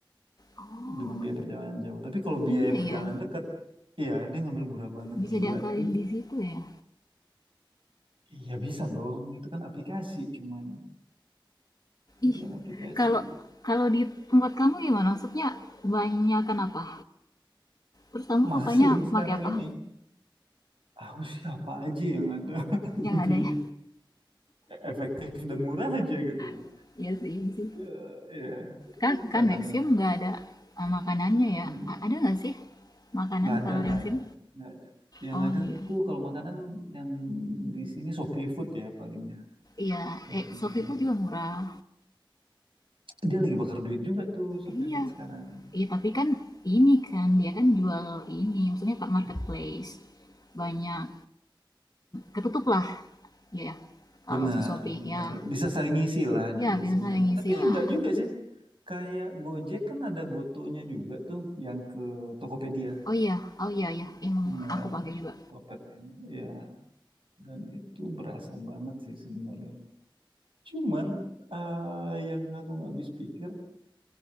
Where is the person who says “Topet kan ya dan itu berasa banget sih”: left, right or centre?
Right